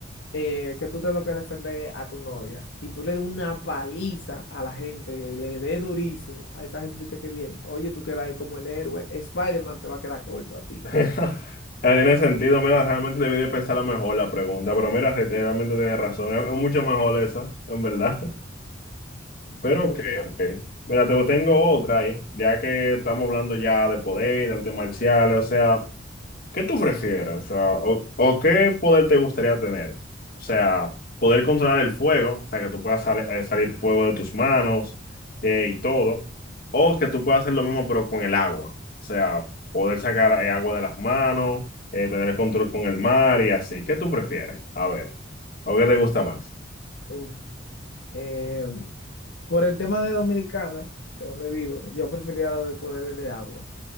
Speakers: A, on the left; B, on the left.
A: eh, que tú te toques defender a tu novia y tú le des una paliza a la gente, le des durísimo a esa gente que, que viene, oye, tú quedas ahí como el héroe, Spider-Man te va a quedar corto a ti.
B: <laughs> No Tiene sentido, mira, realmente debí de pensarla mejor la pregunta, pero mira, realmente tienes razón, es, es mucho mejor esa, en verdad. <laughs> Pero
A: Ok.
B: ok, ok. Mira, te tengo otra ahí, ya que estamos hablando ya de poder, de artes marciales, o sea. ¿Qué tú prefieres? O sea, o, o qué poder te gustaría tener? O sea, poder controlar el fuego, o sea, que tú puedas sal- eh, salir fuego de tus manos eh, y todo. O que tú puedas hacer lo mismo pero con el agua. O sea, poder sacar eh, agua de las manos, eh, tener el control con el mar y así. ¿Qué tú prefieres? A ver, ¿o qué te gusta más?
A: Uf. Eh, por el tema de Dominicana, que es donde vivo, yo preferiría lo de poderes de agua.